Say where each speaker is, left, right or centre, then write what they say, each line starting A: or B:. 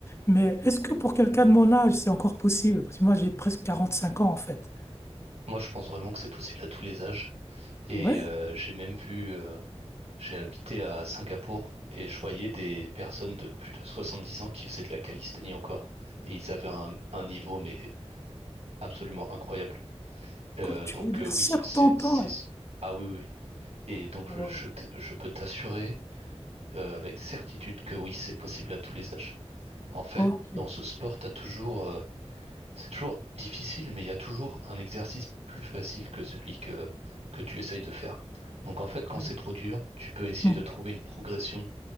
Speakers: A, on the left (about 25°); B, on the right (about 70°).
A: Mais est-ce que pour quelqu'un de mon âge, c'est encore possible? Parce que moi, j'ai presque 45 ans, en fait.
B: Moi, je pense vraiment que c'est possible à tous les âges. Et
A: Ouais,
B: euh, j'ai même vu, euh, j'ai habité à Singapour et je voyais des personnes de plus de 70 ans qui faisaient de la calisthénie encore. Et ils avaient un, un niveau, mais absolument incroyable. Euh,
A: quoi,
B: donc
A: tu veux dire
B: euh, oui,
A: 70
B: c'est, c'est,
A: ans? hein.
B: ah oui, oui. oui. Et donc
A: Ouais,
B: je, je, t- je peux t'assurer euh, avec certitude que oui, c'est possible à tous les âges. En fait,
A: Ok,
B: dans ce sport, t'as toujours euh, C'est toujours difficile, mais il y a toujours un exercice plus facile que celui que, que tu essayes de faire. Donc en fait, quand
A: d'ac-
B: c'est trop dur, tu peux essayer
A: hmm,
B: de trouver une progression